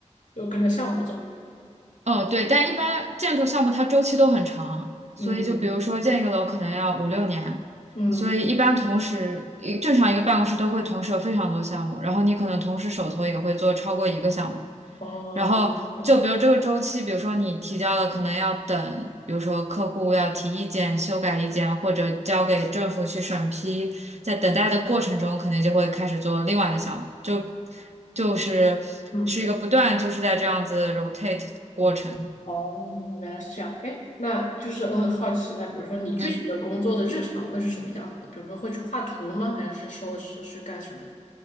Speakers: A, on the left; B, on the right.
A: 就跟着项目走。
B: 哦，对，但一般建筑项目它周期都很长，所以就比如说建一个楼可能要五六年，
A: 嗯嗯，
B: 所以一般同时一正常一个办公室都会同时有非常多项目，然后你可能同时手头也会做超过一个项目，
A: 哦，
B: 然后就比如这个周期，
A: 明白。
B: 比如说你提交了，可能要等，比如说客户要提意见、修改意见，或者交给政府去审批，在等待的过程中，肯定就会开始做另外的项目，就就是是一个不断就是在这样子
A: 嗯。
B: rotate 过程。
A: 哦，原来是这样。哎，那就是我很好奇，那比如说你具体的工作的日常会是什么样子的比如说会去画图吗？
B: 嗯，
A: 还是说是去干什么？